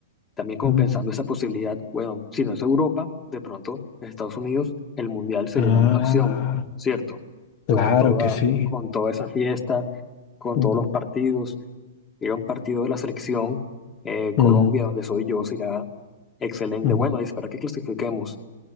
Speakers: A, on the left (about 20°); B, on the left (about 45°).
A: También como
B: mm.
A: pensando esa posibilidad, bueno, si no es Europa, de pronto Estados Unidos, el Mundial sería
B: Ah,
A: una buena opción, ¿cierto?
B: claro
A: Con toda,
B: que sí.
A: con toda esa fiesta, con
B: Mm,
A: todos los partidos, ir a un partido de la selección eh, Colombia,
B: mm,
A: donde soy yo, será excelente.
B: mm,
A: Bueno, espera que clasifiquemos.